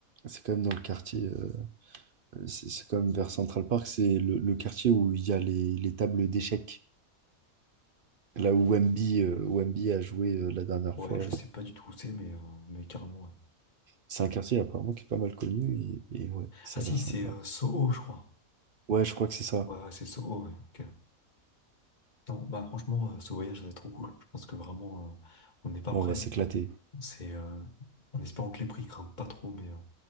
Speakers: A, on the right; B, on the left.
A: c'est quand même dans le quartier, euh, c'est c'est quand même vers Central Park, c'est le, le quartier où il y a les les tables d'échecs. Là où Wemby, euh, Wemby a joué euh, la dernière
B: Ouais,
A: fois,
B: je sais pas du tout où c'est, mais, euh, mais carrément, ouais.
A: c'est un quartier apparemment qui est pas mal connu et, et ouais, ça
B: Ah si,
A: a l'air
B: c'est
A: sympa.
B: euh, Soho, je crois.
A: Ouais, je crois que c'est ça.
B: Ouais, ouais, c'est Soho, ouais, ok. Non, bah franchement, euh, ce voyage, ça va être trop cool. Je pense que vraiment, euh, on n'est pas
A: Bon,
B: prêt.
A: on va s'éclater.
B: C'est euh, en espérant que les prix grimpent pas trop, mais, euh,